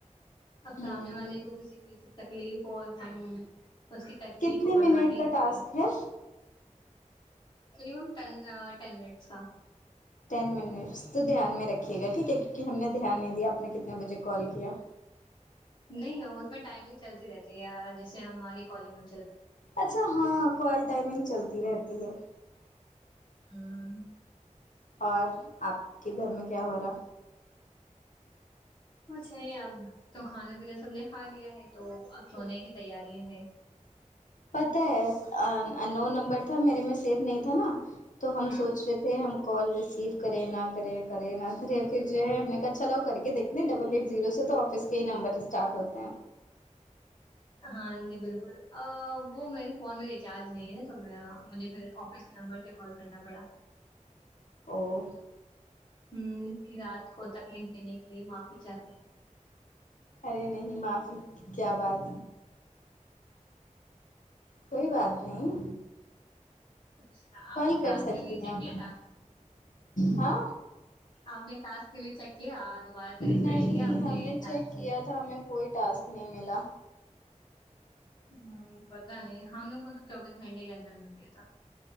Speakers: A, on the left; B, on the left.
A: اب
B: ہوں
A: سامنے والے کو کسی چیز سے تکلیف ہو اور ہم اس کی تکلیف
B: کتنے
A: کو بڑھا
B: منٹ
A: نہیں
B: کا
A: سکتے
B: ٹاسک ہے
A: مینیمم ٹین آ ٹین منٹس کا
B: ٹین منٹس تو دھیان میں رکھیے گا ٹھیک ہے کیونکہ ہم نے دھیان نہیں دیا آپ نے کتنے بجے کال کیا
A: نہیں ہو اس میں ٹائمنگ چلتی رہتی ہے یار جیسے ہماری کالنگ میں چلتی ہے
B: اچھا ہاں کال ٹائمنگ چلتی رہتی ہے
A: ہوں
B: اور آپ کے گھر میں کیا ہو رہا
A: کچھ نہیں اب تو کھانا پینا سب نے کھا لیا ہے تو اب سونے کی تیاری ہے
B: پتا ہے
A: ہوں
B: آنون نمبر تھا میرے میں سیف نہیں تھا نا تو ہم
A: ہوں
B: سوچ رہے تھے ہم کال ریسیو کرے نہ کریں کرے نہ کرے پھر جو ہے ہم نے کہا چلو کر کے دیکھ ڈبل ایٹ زیرو سے تو آفس کے ہی نمبر اسٹارٹ ہوتے ہیں
A: ہاں جی بالکل آآ وہ میرے فون میں ریچارج نہیں ہے تو میں مجھے پھر آف اس کے نمبر سے کال کرنا پڑا
B: او
A: ہوں اتنی رات کو تکلیف دینے کے لیے معافی چاہتی ہوں
B: ارے نہیں معافی کی کیا بات کوئی بات نہیں
A: اچھا
B: کال
A: آپ نے ٹاسک
B: کر سکتی
A: کے لیے
B: ہیں
A: چیک
B: آپ
A: کیا تھا
B: ہاں
A: آپ نے ٹاسک کے لیے چیک کیا دوبارہ سے ریفریش
B: نہیں
A: کیا اپنے
B: ہم نے
A: ایپس
B: چیک
A: کو
B: کیا تھا ہمیں کوئی ٹاسک نہیں ملا
A: ہوں پتا نہیں ہم لوگ کو تو چوبیس گھنٹے کے اندر مل گیا تھا